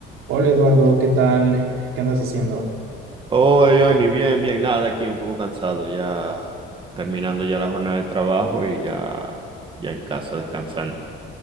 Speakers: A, on the right; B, on the right.
A: Hola Eduardo, ¿qué tal? ¿Qué andas haciendo?
B: Hola, Johnny, bien, bien, nada, aquí un poco cansado, ya terminando ya la jornada de trabajo y ya, ya en casa descansando.